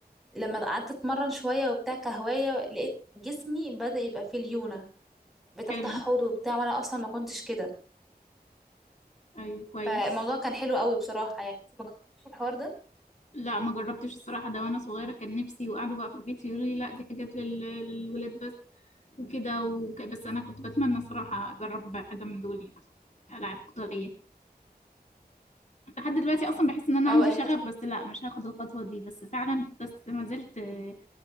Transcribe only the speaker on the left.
حلو
أيوه كويس
لا ما جربتش الصراحة ده وأنا صغيرة كان نفسي وقعدوا بقى في البيت يقولوا لي لا دي حاجات لل... للولاد بس وكده وك... بس أنا كنت بتمنى صراحة أجرب حاجة من دول يعني ألعاب قتالية لحد دلوقتي اصلا بحس ان انا
عندي
شغف
بس لا مش هاخد الخطوه دي بس فعلا بس ما زلت آه،